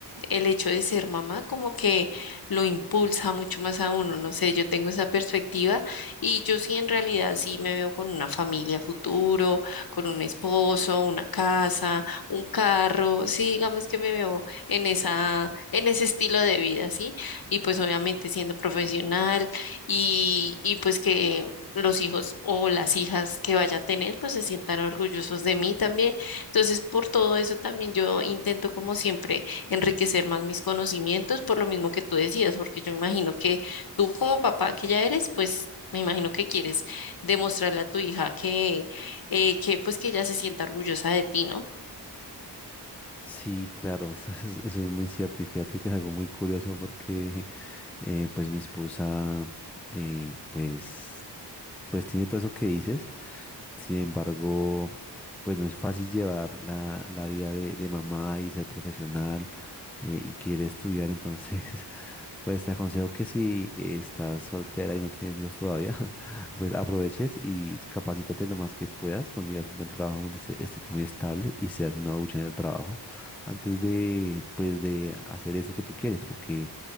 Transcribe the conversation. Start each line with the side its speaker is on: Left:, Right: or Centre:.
Left: el hecho de ser mamá como que lo impulsa mucho más a uno, no sé, yo tengo esa perspectiva y yo sí en realidad sí me veo con una familia futuro, con un esposo, una casa, un carro, sí, digamos que me veo en esa, en ese estilo de vida, ¿sí? y pues obviamente siendo profesional y, y pues que los hijos o las hijas que vaya a tener pues se sientan orgullosos de mí también. Entonces, por todo eso también yo intento como siempre enriquecer más mis conocimientos por lo mismo que tú decías, porque yo imagino que tú como papá que ya eres, pues me imagino que quieres demostrarle a tu hija que, eh, que pues que ella se sienta orgullosa de ti, ¿no?
Centre: Sí, claro, <laughs> eso es, eso es muy cierto y fíjate que es algo muy curioso porque eh, pues mi esposa eh, pues pues tiene todo eso que dices Sin embargo, pues no es fácil llevar la, la vida de, de mamá y ser profesional eh, y quiere estudiar, entonces, <laughs> pues te aconsejo que si eh, estás soltera y no tienes hijos todavía, <laughs> pues aproveches y capacítate lo más que puedas, consigas un buen trabajo donde se- estés muy estable y seas una ducha en el trabajo antes de, pues, de hacer eso que tú quieres, porque